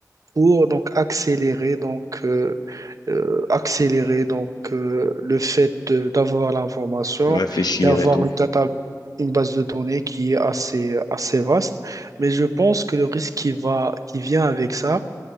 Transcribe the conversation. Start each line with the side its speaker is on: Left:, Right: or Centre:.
Right: pour donc accélérer donc euh, euh, accélérer donc euh, le fait de- d'avoir l'information
Left: Réfléchir
Right: et avoir
Left: et tout.
Right: une data une base de données qui est assez assez vaste mais je pense que le risque qui va qui vient avec ça